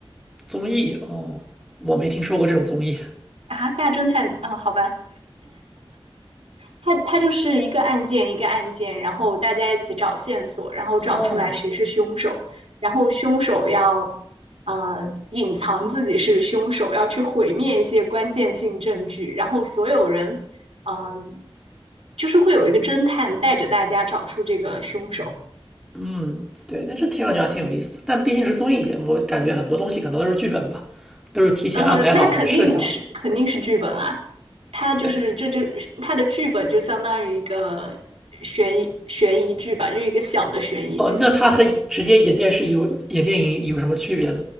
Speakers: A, in the centre; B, on the right.
A: 综艺哦，我没听说过这种综艺
B: 啊。大侦探，嗯，好吧，它它就是一个案件一个案件，然后大家一起找线索，然后找出来谁是凶手，
A: 哦。
B: 然后凶手要呃隐藏自己是凶手，要去毁灭一些关键性证据，然后所有人嗯、呃就是会有一个侦探带着大家找出这个凶手。
A: 嗯，对，那这听上去还挺有意思的，但毕竟是综艺节目，我感觉很多东西可能都是剧本吧，都是提前安排好的、
B: 呃，那肯定是肯定是剧本啊，
A: 设计好的。
B: 它就是这就是它的剧本就相当于一个悬疑悬疑剧吧，
A: 对，
B: 就是一个小的悬疑剧。
A: 哦，那它和直接演电视有演电影有什么区别呢？